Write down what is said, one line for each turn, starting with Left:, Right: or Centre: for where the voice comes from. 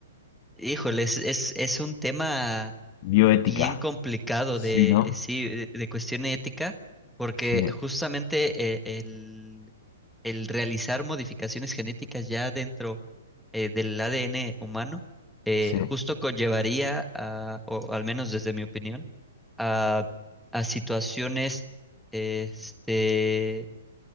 Centre: Híjole, es, es, es un tema
Left: Bioética.
Centre: bien complicado
Left: Sí,
Centre: de,
Left: ¿no?
Centre: eh, sí, de, de cuestión ética, porque
Left: Sí,
Centre: justamente eh, el, el realizar modificaciones genéticas ya dentro eh, del ADN humano, eh,
Left: sí,
Centre: justo conllevaría a, o al menos desde mi opinión, a, a situaciones este,